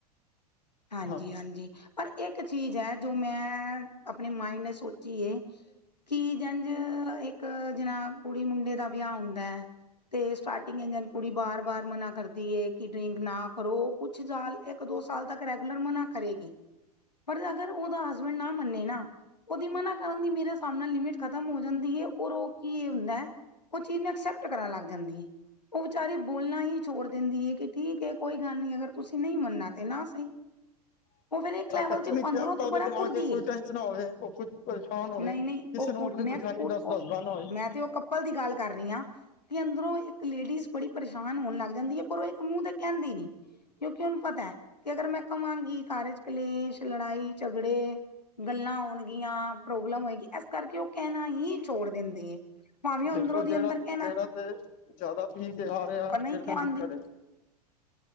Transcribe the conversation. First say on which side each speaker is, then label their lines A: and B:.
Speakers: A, on the left; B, on the left.
A: ਹਾਂਜੀ,
B: ਹਾਂ
A: ਹਾਂਜੀ ਪਰ ਇੱਕ ਚੀਜ਼ ਹੈ ਜੋ ਮੈਂ ਆਪਣੇ ਮਾਇੰਡ ਨੇ ਸੋਚੀ ਏ। ਕੀ ਜੰਝ ਇੱਕ ਜਿਨਾ ਕੁੜੀ ਮੁੰਡੇ ਦਾ ਵਿਆਹ ਹੁੰਦਾ ਹੈ। ਤੇ ਸਟਾਰਟਿੰਗ ਇਜ ਕੁੜੀ ਬਾਰ, ਬਾਰ ਮਨਾ ਕਰਦੀ ਏ ਕਿ ਡਰਿੰਕ ਨਾ ਕਰੋ ਕੁਛ ਸਾਲ ਇੱਕ ਦੋ ਸਾਲ ਤੱਕ ਰੈਗੂਲਰ ਮਨਾ ਕਰੇਗੀ ਪਰ ਅਗਰ ਉਹਦਾ ਹਸਬੈਂਡ ਨਾ ਮੰਨੇ ਨਾ ਉਹਦੀ ਮਨਾ ਕਰਨ ਦੀ ਮੇਰੇ ਹਿਸਾਬ ਨਾਲ ਲਿਮਿਟ ਖ਼ਤਮ ਹੋ ਜਾਂਦੀ ਏ ਔਰ ਉਹ ਕੀ ਇਹ ਹੁੰਦਾ ਐ ਉਹ ਚੀਜ਼ ਨੂੰ ਐਕਸੈਪਟ ਕਰਨ ਲੱਗ ਜਾਂਦੀ ਏ ਉਹ ਵਿਚਾਰੀ ਬੋਲਣਾ ਹੀ ਛੋੜ ਦਿੰਦੀ ਏ ਕਿ ਠੀਕ ਏ ਕੋਈ ਗੱਲ ਨੀ ਅਗਰ ਤੁਸੀਂ ਨਈ ਮੰਣਨਾ ਤੇ ਨਾ ਸਹੀ। ਉਹ ਫੇਰ ਇੱਕ ਲੈਵਲ
B: ਐਕਚੁਲੀ
A: ਤੇ
B: ਕਿਆ
A: ਅੰਦਰੋਂ
B: ਪਤਾ
A: ਤੇ
B: ਉਹਦੇ
A: ਬੜਾ
B: ਦਿਮਾਗ
A: ਉਠਦੀ
B: 'ਚ ਕੋਈ
A: ਏ,
B: ਟੈਨਸ਼ਨ ਹੋਵੇ ਉਹ ਕੁਛ ਪਰੇਸ਼ਾਨ ਹੋਵੇ
A: ਨਈ-ਨਈ।
B: ਕਿਸੇ
A: ਉਹ
B: ਨੂੰ
A: ਕੁੜ
B: ਆਪਣੀ
A: ਮੈਂ
B: ਪਰੇਸ਼ਾਨੀ
A: ਤੇ ਕੁੜ
B: ਦੱਸ
A: ਉਹ
B: ਦੱਸਦਾ ਨਾ ਹੋਏ
A: ਮੈਂ ਤੇ ਉਹ ਕੱਪਲ ਦੀ ਗੱਲ ਕਰ ਰਹੀ ਆ। ਕਿ ਅੰਦਰੋਂ ਇੱਕ ਲੇਡੀਜ਼ ਬੜੀ ਪਰੇਸ਼ਾਨ ਹੋਣ ਲੱਗ ਜਾਂਦੀ ਏ ਪਰ ਉਹ ਇਹ ਮੂੰਹ ਤੇ ਕਹਿੰਦੀ ਨੀ। ਕਿਉਂਕਿ ਉਹਨੂੰ ਪਤਾ ਕਿ ਅਗਰ ਮੈਂ ਕਵਾਗੀ ਘਰ 'ਚ ਕਲੇਸ਼, ਲੜਾਈ, ਝਗੜੇ ਗੱਲਾਂ ਹੋਣਗੀਆਂ ਪ੍ਰੋਬਲਮ ਹੋਏਗੀ ਇਸ ਕਰਕੇ ਉਹ ਕਹਿਣਾ ਹੀ ਛੋੜ ਦਿੰਦੀ ਏ। ਭਾਵੇ
B: ਦੇਖੋ
A: ਅੰਦਰੋਂ ਦੀ
B: ਜਿਹੜਾ
A: ਅੰਦਰ ਕਹਿਣਾ
B: ਜਿਹੜਾ ਤੇ ਜ਼ਿਆਦਾ ਪੀ ਕੇ ਆ ਰਿਹਾ
A: ਉਹ ਨਹੀ
B: ਫਿਰ ਤੇ
A: ਕਹਿੰਦੀ,
B: ਦਿੱਕਤ ਹੈਗੀ